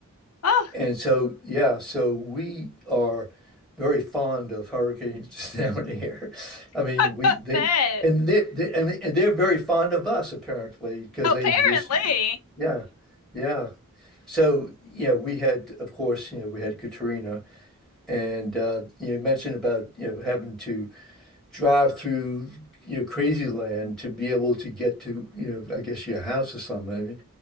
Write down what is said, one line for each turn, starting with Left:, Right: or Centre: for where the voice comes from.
Left: Oh,
Centre: And so, yeah, so we are very fond of hurricanes <laughs> down here.
Left: <laughs>
Centre: I mean, we
Left: I
Centre: they
Left: bet.
Centre: and they, they and and they're very fond of us apparently because
Left: Apparently.
Centre: they just yeah, yeah. So yeah, we had of course you know we had Katrina and uh, you mentioned about you know having to drive through you know crazy land to be able to get to you know I guess your house or something.